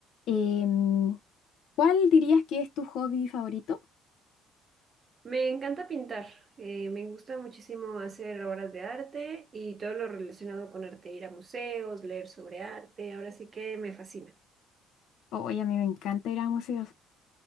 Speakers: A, on the left; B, on the right.
A: Em, ¿cuál dirías que es tu hobby favorito?
B: Me encanta pintar, eh, me gusta muchísimo hacer obras de arte y todo lo relacionado con arte, ir a museos, leer sobre arte, ahora sí que me fascina.
A: Oye, a mí me encanta ir a museos.